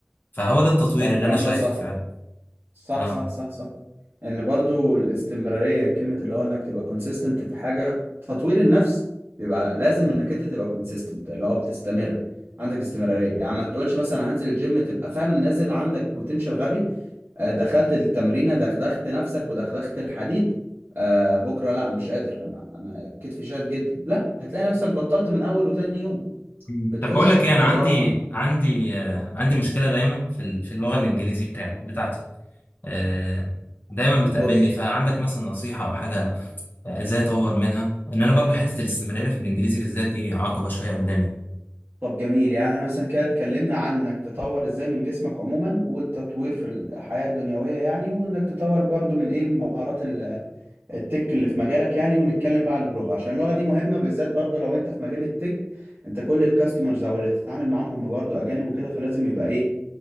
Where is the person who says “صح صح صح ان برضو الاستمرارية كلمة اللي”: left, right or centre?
Right